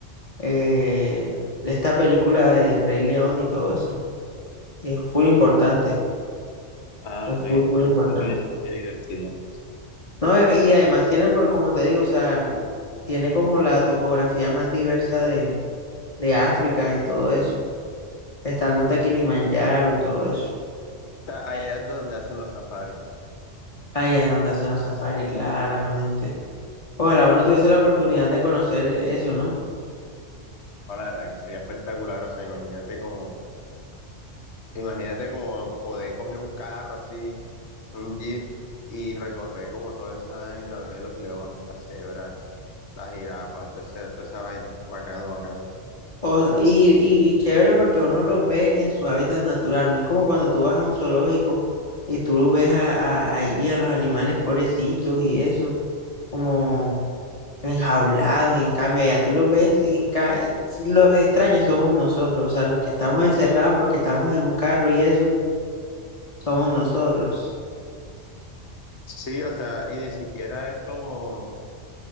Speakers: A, on the left (about 35°); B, on the left (about 65°).
A: eh, esta película del Rey León y todo eso. Y es full importante,
B: Ah,
A: es
B: ok,
A: full,
B: es
A: full
B: como
A: importante.
B: un parque de, de diversidad. O
A: No, y además tiene, por, como te digo, o sea, tiene como la topografía más diversa de, de África y todo eso. Está el monte Kilimanjaro y todo eso.
B: sea, allá es donde hacen los safaris.
A: Allá es donde hacen los safaris, claramente. Ojalá uno tuviese la oportunidad de conocer eso, ¿no?
B: Ahora, la verdad que sería espectacular, o sea, imagínate como, imagínate como poder coger un carro así, un jeep, y recorrer como toda esa vaina, ver los leones, las cebras, las jirafas, toda esa, toda esa vaina, bacano, bacano.
A: O- y, y chévere porque uno los ve en su hábitat natural. No es como cuando tú vas a un zoológico y tú ves a, a- ahí a los animales pobrecitos y eso, como enjaulados y en cambio ya tú los ves y en ca- eh, sí, los extraños somos nosotros, o sea, los que estamos encerrados porque estamos en un carro y eso, somos nosotros.
B: Sí, o sea, y ni siquiera es como,